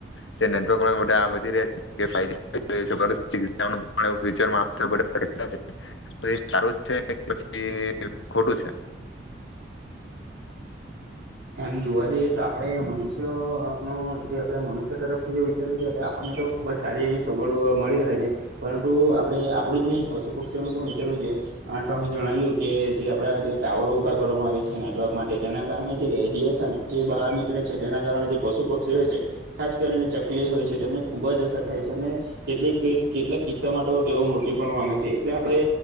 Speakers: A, on the left (about 85°); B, on the right (about 80°).
A: તે <unintelligible> બધા વધી રહ્યા છે? <unintelligible> ફ્યુચરમાં <unintelligible> સારું છે પછી ખોટું છે?
B: એમ જોવા જઈએ તો આપણે મનુષ્યોનો જે આપણે મનુષ્ય તરફથી જે વિચારવું જોઈએ, તે આપણને તો ખુબ જ સારી એવી સગવડો મળી રહે છે પરંટુ આપણે આપડું જ નહી પશુ પક્ષીઓનું પણ વિચારવું જોઈએ. આ અમે જણાવ્યું કે જે આપડા જે ટાવરો ઉભા કરવામાં આવે છે નેટવર્ક માટે તેના કારણે જે રેડિયસન જે બહાર નીકળે છે તેના કારણે જે પશુ પક્ષી હોય છે, ખાસ કરીને ચકલી હોય છે, ટેમને ખૂબ જ અસર ઠાય છે. અને કેટલીક કેસ, કેટલાક કિસ્સા મા ટો ટેઓ મૃત્યુ પણ પામે છે એટલે આપણે